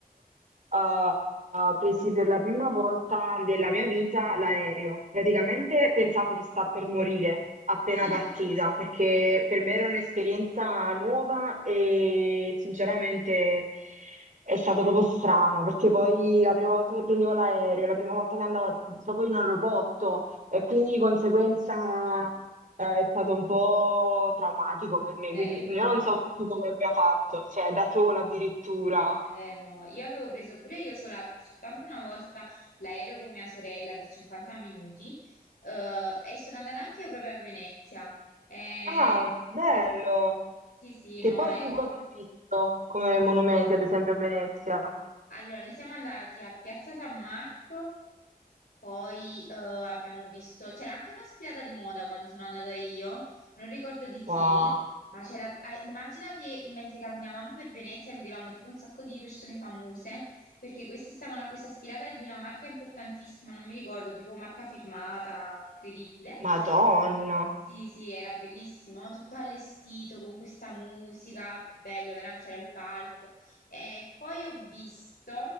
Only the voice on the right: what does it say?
eh, eh, presi per la prima volta della mia vita l'aereo. Praticamente
pensavo
di sta per morire appena
partita, perché per me era un'esperienza nuova e sinceramente. È stato proprio strano, perché poi la prima volta che prendevo l'aereo, la prima volta che andavo proprio in aeroporto e quindi di conseguenza eh, è stato un po' traumatico per me,
quindi
io non so tu come abbia fatto, cioè da sola addirittura.
Ah, bello!
Che
poi
tu cosa hai visto come monumenti, ad esempio a Venezia?
Wow,
Madonna!